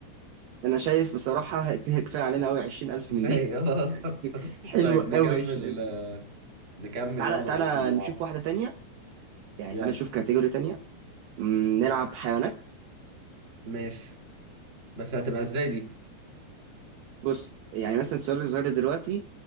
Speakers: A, on the right; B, on the right.
A: أنا شايف بصراحة كده كفاية علينا أوي 20000
B: كفاية
A: من دي
B: <laughs> آه.
A: <laughs> حلوة
B: طيب نكمل
A: أوي 20000
B: آه نكمل
A: تعالى
B: يلا
A: تعالى
B: الاسم اللي بعده
A: نشوف واحدة تانية يعني
B: يلا
A: تعالى نشوف كاتيجوري تانية م، نلعب حيوانات
B: ماشي بس هتبقى ازاي دي
A: بص يعني مثلا السؤال اللي ظهر دلوقتي